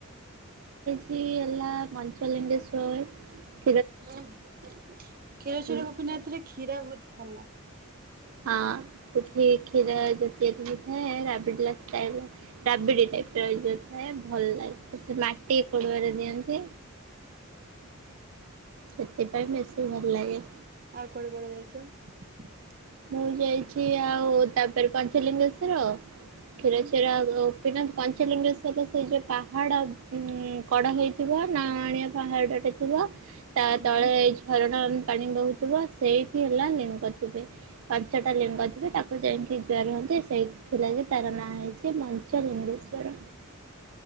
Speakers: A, on the right; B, on the right.
A: ଏଲା ମଞ୍ଚଲିଙ୍ଗେଶ୍ଵର
B: ହଁ କ୍ଷୀରଚୋରା
A: ହଁ
B: ଗୋପୀନାଥ ରେ କ୍ଷୀରା ବ ଭଲ।
A: ହଁ ସେଠି କ୍ଷୀର ଜାତୀୟ ମିଳିଥାଏ ରାବିଡି ଲସ୍ ରାବିଡି ଟାଇପି ଭଲ ଲାଗେ ସେ ମାଟି ପୁରୁଆରେ ଦିଅନ୍ତି। ସେଥିପାଇଁ ବେଶୀ ଭଲ ଲାଗେ।
B: ଆଉ କୁଆଡେ କୁଆଡେ ଯାଇଚ?
A: ମୁଁ ଯାଇଛି ଆଉ ତାପରେ ପାଞ୍ଚ ଲିଙ୍ଗେଶ୍ୱର
B: ହୁଁ
A: କ୍ଷୀରଚୋରା ପିନା ପଞ୍ଚେଲିଙ୍ଗେଶ୍ ସେଜୋ ସେଇ ଯୋଉ ପାହାଡ ହୁଁ କଡା ହେଇଥିବା। ନଆଁଣିଆ ପାହାଡ଼ଟେ ଥିବ ତା
B: ହୁଁ।
A: ତଳେ ଏଇ ଝରଣା ପାଣି ବହୁଥିବ ସେଇଠି ହେଲା ଲିମ୍ ଗଛଟେ ପାଞ୍ଚଟା ଲିଙ୍ଗ ଥିବେ ତାକୁ ଯାଇକି ଜା ରୁହନ୍ତି ସେଇଥିଲାଗି ତାର ନାଁ ହେଇଛି ମଞ୍ଚ ଲିଙ୍ଗେଶ୍ଵର